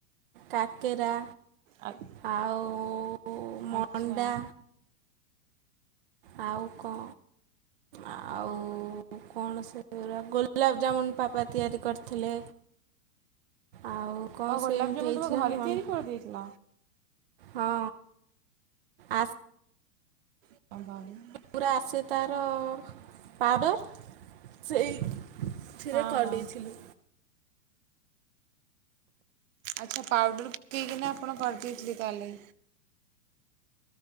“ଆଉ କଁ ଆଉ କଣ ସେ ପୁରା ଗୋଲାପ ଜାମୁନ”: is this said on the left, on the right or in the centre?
Right